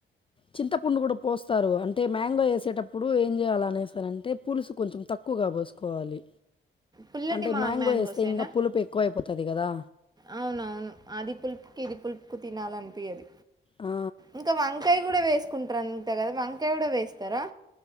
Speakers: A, on the left; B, on the right.
A: చింతపండు కూడ పోస్తారు అంటే మ్యాంగో వేసేటప్పుడు ఏం చేయాల అనేస్తారంటే పులుసు కొంచెం తక్కువ ఎక్కువగా పోసుకోవాలి
B: పుల్లటి
A: అంటే
B: మా
A: మ్యాంగో
B: మ్యాంగోసేనా
A: వేస్తే ఇంక పులుపు ఎక్కువైపోతుంది కదా
B: అవునవును అది పులుపుకి ఇది పులుపు కి ఎక్కువ తినాలనిపిియదు
A: ఆ,
B: ఇంకా వంకాయ కూడా వే వేసుకుంటారంత కదా వంకాయ కుడ వేస్తారా